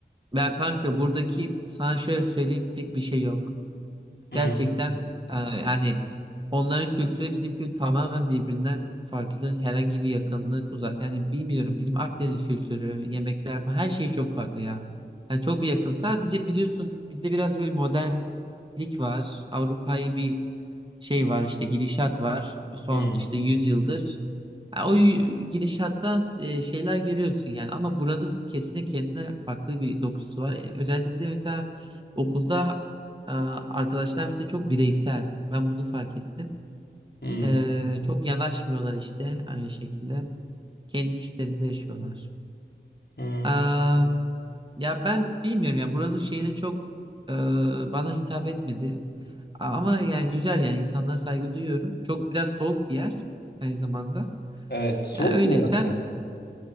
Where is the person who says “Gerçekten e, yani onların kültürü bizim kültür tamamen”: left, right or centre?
Right